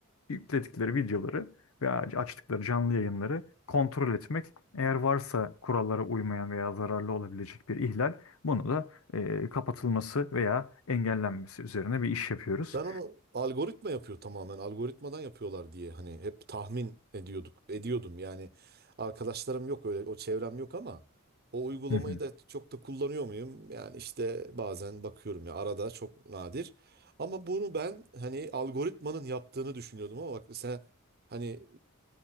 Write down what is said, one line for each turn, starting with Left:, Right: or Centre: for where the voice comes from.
Left: yükledikleri videoları veya açtıkları canlı yayınları kontrol etmek. Eğer varsa kurallara uymayan veya zararlı olabilecek bir ihlal, bunu da e, kapatılması veya engellenmesi üzerine bir iş yapıyoruz.
Right: Ben onu algoritma yapıyor tamamen. Algoritmadan yapıyorlar diye hani hep tahmin ediyorduk. Ediyordum yani. Arkadaşlarım yok öyle o çevrem yok ama o uygulamayı
Left: <laughs>
Right: da çok da kullanıyor muyum? Yani işte bazen bakıyorum ya arada çok nadir. Ama bunu ben hani algoritmanın yaptığını düşünüyordum ama bak mesela hani